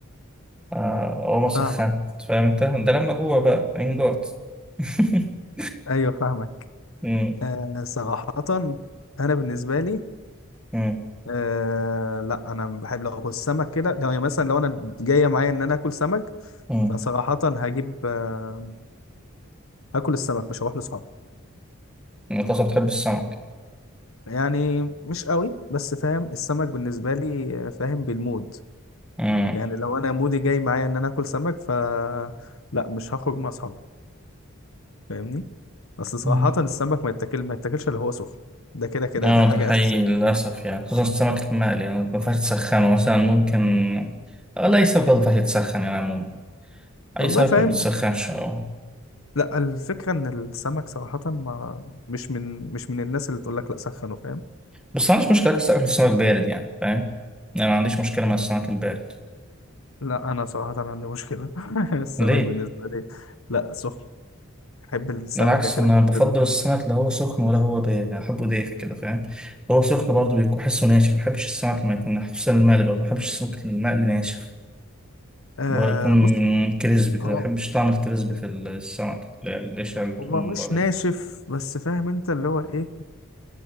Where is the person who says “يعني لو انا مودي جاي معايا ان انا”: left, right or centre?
Left